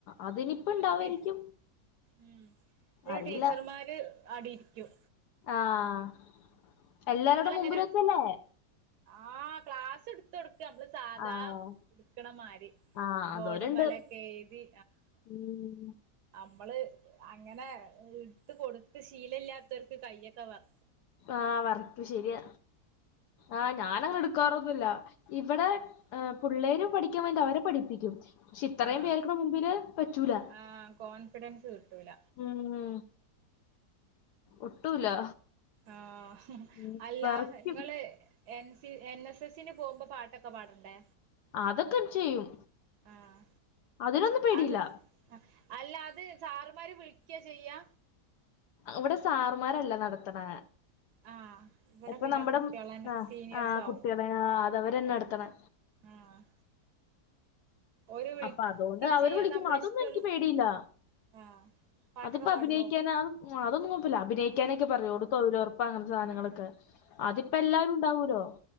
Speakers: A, on the left; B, on the right.
A: അതിനിപ്പ
B: എന്നിട്ട്
A: ഇണ്ടാവായിരിക്കും
B: തി ഉം <unintelligible>
A: അറിയില്ല
B: ടീച്ചർമാര് അവിടെ ഇരിക്കും
A: ആഹ് എല്ലാരുടെ
B: ഇങ്ങളെനെ
A: മുമ്പിൽ വെച്ചല്ലേ
B: ആഹ് ക്ലാസ് ട്ത്തൊട്ക്ക മ്മള് സാധാ
A: ആഹ്
B: ട്ക്കണ മാരി
A: ആഹ് അതോരുണ്ട്
B: ബോഡും മലൊക്കെ എയ്തി
A: ഉം
B: നമ്മള് അങ്ങനെ ഇട്ട് കൊടുത്ത് ശീല ഇല്ലാത്തവർക്ക് കയ്യൊക്കെ വർ
A: ആഹ് വറക്കും ശരിയാ ആഹ് ഞാനങ്ങനെ എടുക്കാറൊന്നുല്ല. ഇവിടെ
B: ആഹ്
A: പുള്ളേര് പഠിക്കാൻ വേണ്ടി അവരെ പഠിപ്പിക്കും. പക്ഷെ ഇത്രയും
B: ആഹ്
A: പേർക്കടെ മുമ്പില് പറ്റൂല
B: ആഹ് കോൺഫിഡൻസ് കിട്ടൂല.
A: ഉം ഉം ഒട്ടൂല
B: ആഹ്
A: ഉം
B: അല്ല
A: വരയ്ക്കും
B: ഇങ്ങള് N C N S S സന് പോകുമ്പോ പാട്ടൊക്കെ പാടണ്ടേ?
A: അതൊക്കെ ചെയ്യും
B: ആഹ്
A: അതിലൊന്നും പേടിയില്ല.
B: അത് അല്ല അത് സാറമാര് വിളിക്ക ചെയ്യാ
A: ഇവടെ സാർമാരല്ല നടത്തണെ
B: ആഹ് ഇവിടെ
A: ഇപ്പൊ
B: പിന്നെ
A: നമ്മടെ
B: കുട്ടികളന്നെ
A: ആ
B: സീനിയേഴ്സ്
A: ആ
B: ആവും
A: കുട്ടികളെ അതവര്ന്നെ നടത്തണെ
B: ആഹ് ഓര് വിളിക്ക
A: അപ്പൊ അതോണ്ട് അവര്
B: ചെയ്യാതെ
A: വിളിക്കും.
B: നമ്മള്
A: അതൊന്നും
B: ഇഷ്ടള്ളു
A: എനിക്ക് പേടിയില്ല.
B: ആഹ് പാട്ടൊക്കെ
A: അതിപ്പ അഭിനയിക്കാന
B: പാടുവോ
A: അ അതൊന്നും കൊഴപ്പല്ല. അഭിനയിക്കാനൊക്കെ പറയോള്ളൂ ഓള് തൊഴിലുറപ്പ അങ്ങനത്തെ സാധനങ്ങളൊക്കെ. അതിപ്പോ എല്ലാരും ഉണ്ടാവൂലോ?